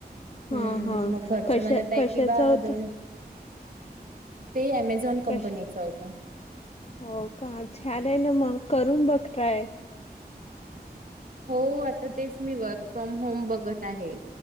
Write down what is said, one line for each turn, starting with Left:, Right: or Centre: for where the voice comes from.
Left: हा
Right: हम
Left: हा
Right: मग घरच्या
Left: कशा
Right: म्हणत आहे
Left: कशाचा
Right: कि बा
Left: होता?
Right: दोन. ते अमेझॉन कंपनीच
Left: कश
Right: होता.
Left: हो का छान आहे ना मग करून बघ ट्राय.
Right: हो आता तेच मी वर्क फ्रॉम होम बघत आहे.